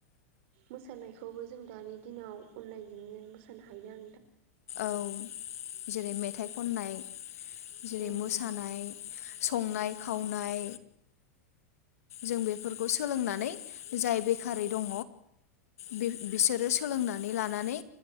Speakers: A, on the right; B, on the left.
A: मोसानायखौबो जों दानि दिनाव अनलानायजोंनो मोसानो हायो।
B: औ जेरै मेथाइ खननाय जेरै
A: औ
B: मोसानाय
A: नोंथां
B: संनाय
A: औ
B: खावनाय जों बेफोरखौ सोलोंनानै जाय बेखारै दङ। बि बिसोरो सोलोंनानै लानानै